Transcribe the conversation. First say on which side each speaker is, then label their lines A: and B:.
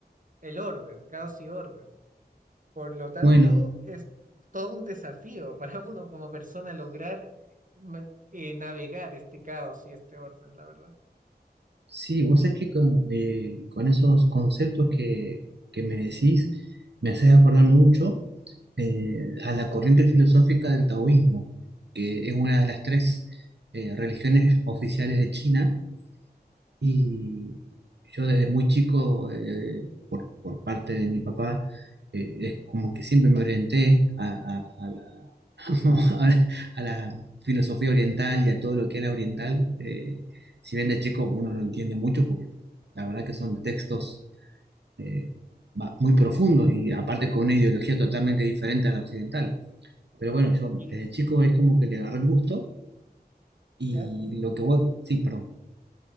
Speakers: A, on the right; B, on the right.
A: el orden, caos y orden. Por lo tanto,
B: bueno.
A: es todo un desafío para <laughs> uno como persona lograr ma- eh, navegar este caos y este orden, la verdad.
B: Sí, vos sabés que con, eh, con esos conceptos que, que me decís, me haces acordar mucho eh, a la corriente filosófica del taoísmo, que es una de las tres eh, religiones oficiales de China, y yo desde muy chico, eh, por, por parte de mi papá, eh, es como que siempre me orienté a, a- a la, <laughs> a la- a la filosofía oriental y a todo lo que era oriental. eh, si bien de chico uno no entiende mucho, porque la verdad que son textos eh, ba- muy profundos y aparte con una ideología totalmente diferente a la occidental. Pero bueno, yo
A: Y,
B: desde chico es como que le agarré el gusto y
A: ¿ya?
B: lo que vos... Sí, perdón.